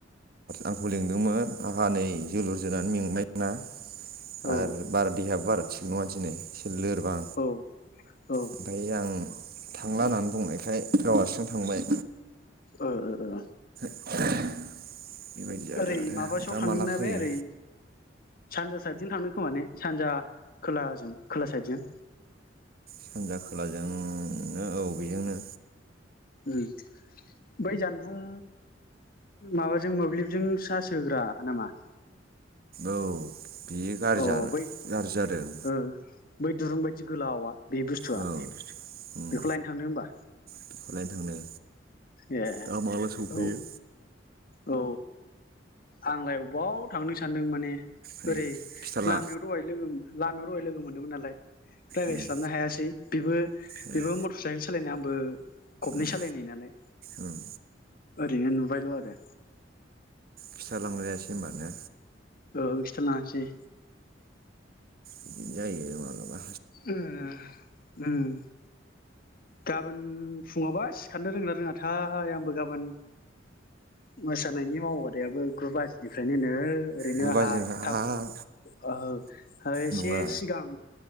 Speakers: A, on the right; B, on the left.
A: आंखौ लिंदोंमोन आंहा नै जोलुर जोनानै मेंनायना।
B: औ
A: आर बार देहायाबो बारा थिक नङा दिनै। एसे लोरबां
B: औ ओ
A: ओमफ्राय आं थांला होननानै बुंनायखाय गाव हारसिं थांबाय।
B: ओ ओ ओ
A: <inaudible> जादों
B: ओरै
A: आरो
B: माबासोआव
A: दा
B: थांदोंना
A: माला फैयो
B: बे ओरै। सानजा साइदजों थांदों खोमा ने सानजा खोला ओजों खोला साइदजों।
A: सानजा खोलाजोंनो औ बेजोंनो।
B: उह बै जानबुं माबाजों मोब्लिबजों सार्स होग्रा नामा?
A: औ। बेयो गाज्रि
B: अ
A: जागोन
B: बै
A: गाज्रि जादों।
B: ओ बै दुरुं बायदि गोलावा। बे बुस्थुआ
A: औ उम
B: बेखौ लायनो थांदों होमबा।
A: बेखौ लायनो थांदों
B: ए
A: दा माब्ला सफैयो।
B: औ औ आंलाय अबाव थांदो सानदों माने।
A: उम
B: ओरै
A: खिथाला
B: लामायाव दहाय लोगो लामायाव दहाय लोगो मोनदोमोन नालाय रायज्लायस्लाबनो
A: उम
B: हायासै बेबो-बेबो
A: उम
B: मटर साइकेल सालायनाय आंबो खबनै
A: उम
B: सालाय नालाय।
A: उम
B: ओरैनो नुबायल' आरो।
A: खिथालांलायासै होमबा ने
B: ओहो खिथालांयासै।
A: बिदिनो जायो मालाबा।
B: ओम उम। गाबोन फुङावबा सिखारनो रोंना रोङाथाय आंबो गाबोन मोसानायनि माव बादायाबो गु बाजिनिफ्रायनो ओरैनो
A: गु
B: आंहा
A: बाजिनिफ्राय
B: थाब
A: हाब
B: ओहो आरो इसे
A: नङा
B: सिगां